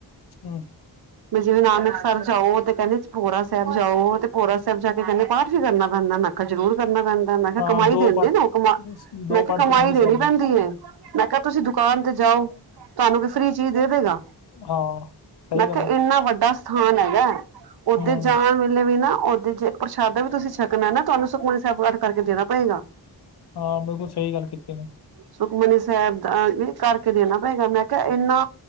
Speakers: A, on the left; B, on the right.
A: ਹਮ
B: ਵੀ ਜਿਵੇਂ ਨਾਨਕਸਰ ਜਾਓ 'ਤੇ ਕੈਂਦੇ ਭੋਰਾ ਸਾਹਿਬ ਜਾਓ, ਤੇ ਭੋਰਾ ਸਾਹਿਬ ਜਾ ਕੇ ਕੈਂਦੇ ਪਾਠ ਵੀ ਕਰਨਾ ਪੈਂਨਾ, ਮੈਂ ਕਿਆ ਜ਼ਰੂਰ ਕਰਨਾ ਪੈਂਦ ਹੈਂ ਮੈਂ ਕਿਆ
A: ਹਾਂ
B: ਕਮਾਈ
A: ਦੋ
B: ਦੇਂਦੇ
A: ਪਾਠ
B: ਨੇ ਓ, ਕਮਾ!
A: ਦੋ
B: ਮੈਂ ਕਿਆ
A: ਪਾਠ
B: ਕਮਾਈ
A: ਸੁਖਮਨੀ
B: ਦੇਣੀ
A: ਸਾਹਿਬ
B: ਪੈਂਦੀ
A: ਦੇ
B: ਏ। ਮੈਂ ਕੇਆ ਤੁਸੀਂ ਦੁਕਾਨ ਤੇ ਜਾਓ, ਤੁਆਨੂੰ ਕੋਈ ਫ੍ਰੀ ਚੀਜ਼ ਦੇ ਦੇਗਾ?
A: ਹਾਂ ਸਹੀ
B: ਮੈਂ
A: ਗੱਲ
B: ਕੇਆ
A: ਹੈ
B: ਏਨਾ ਵੱਡਾ ਸ ਥਾਨ ਹੈਗਾ, ਓਦੇ
A: ਹਮ
B: ਜਾਣ ਵੇਲੇ ਵੀ ਨਾ, ਓਦੇ ਜੇ ਪ੍ਰਸ਼ਾਦਾ ਵੀ ਤੁਸੀਂ ਛਕਣਾ ਨਾ, ਤੁਆਨੂੰ ਸੁਖਮਨੀ ਸੈਬ ਪਾਠ ਕਰਕੇ ਦੇਣਾ ਪਏਗਾ।
A: ਹਾਂ ਬਿਲਕੁਲ ਸਹੀ ਗੱਲ ਕੀਤੀ ਨੇ
B: ਸੁਖਮਨੀ ਸੈਬ ਦਾ ਨੀ ਕਰਕੇ ਦੇਣਾ ਪਏਗਾ, ਮੈਂ ਕ ਕ ਏਨਾ